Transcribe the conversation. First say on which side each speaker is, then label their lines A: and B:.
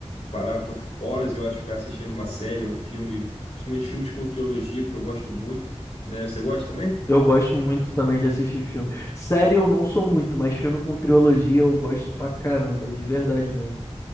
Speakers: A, on the left; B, on the left.
A: parar pra horas e horas ficar assistindo uma série, um filme, principalmente filmes com trilogia, porque eu gosto muito, né? Você gosta também?
B: Eu gosto muito também de assistir filme. Série eu não sou muito, mas filme com trilogia eu gosto pra caramba, de verdade mesmo.